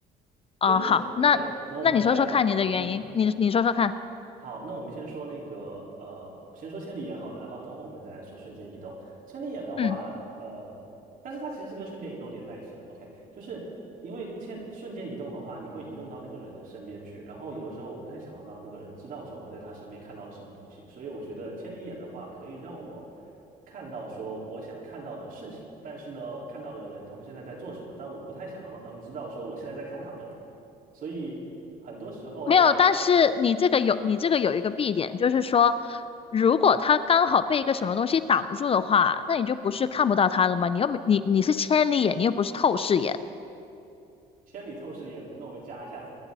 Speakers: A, on the left; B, on the right.
A: 哦，
B: 就是你，
A: 好，那那你说说看你的原因，
B: 对，那我们可以来聊，嗯。
A: 你你说说看。
B: 好，那我们先说那个，呃，先说千里眼好了，然后等会我们再来说瞬间移动。千里眼的话，
A: 嗯，
B: 呃，但是它其实是跟瞬间移动连在一起的。OK，就是因为千瞬间移动的话，你会移动到那个人的身边去，然后有的时候我不太想要让那个人知道说我在他身边看到了什么东西，所以我觉得千里眼的话可以让我看到说我想看到的事情，但是呢，看到的人他们现在在做什么，但我不太想要让他们知道说我现在在看他们，所以很多时候。
A: 没有，但是你这个有，
B: 嗯。
A: 你这个有一个弊点，就是说，如果他刚好被一个什么东西挡住的话，那你就不是看不到他了吗？你又没你你是千里眼，你又不是透视眼，
B: 千里透视眼，那我们加一下。